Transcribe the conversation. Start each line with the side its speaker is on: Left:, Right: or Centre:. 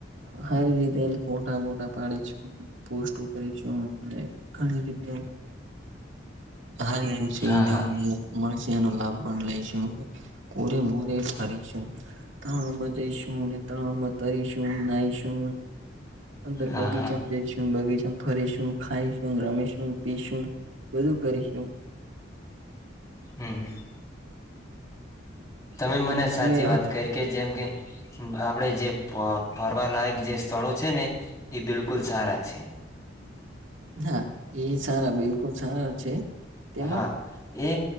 Right: હારી રીતે એમ ફોટા બોટા પાડી છ. પોસ્ટો કરી છુ ઘણી હ હારી હની સુવિધાઓ
Left: હા હા
Right: મળશે એનો લાભ પણ લઈશું કોરે મોરે ફરીશું. મા જઈશું તણમાં તરીશું નાઈશું અંદર
Left: હા
Right: બગીચામાં
Left: હા
Right: જઈશું બગીચા ફરીશું ખાઈશું રમીશું પીશું બધું કરીશું.
Left: હમ્મ હમ્મ તમે મને
Right: અને તમે
Left: સાચી વાત કરી કે જેમ કે આપડે જે ફરવાલાયક જે સ્થળો છે ને એ બિલકુલ સારા છે.
Right: હા એ સારા બિલકુલ સારા છે. તેમાં
Left: હા એ